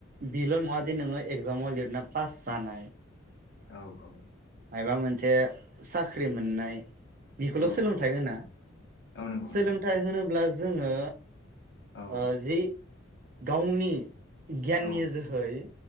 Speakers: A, on the right (about 45°); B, on the left (about 65°).
A: बेल' नङा दे नोङो एगजामाव लिरना पास जानाय।
B: औ औ।
A: माबा मोनसे साख्रि मोननाय बेखौल'
B: औ
A: सोलोंथाइ
B: औ
A: होना
B: औ नंगौ
A: सोलोंथाइ
B: नंगौ
A: होनोब्ला जोङो।
B: औ
A: ओ जि गावनि गियाननि
B: औ
A: जोहै